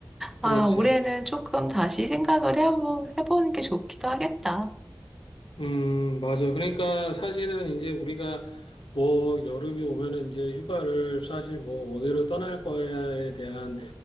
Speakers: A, in the centre; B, on the left.
A: 아,
B: 그렇지.
A: 올해는 조금 다시 생각을 해보, 해보는 게 좋기도 하겠다.
B: 음, 맞아. 그러니까 사실은 이제 우리가 뭐 여름이 오면은 이제 휴가를 사실 뭐 어디로 떠날 거야에 대한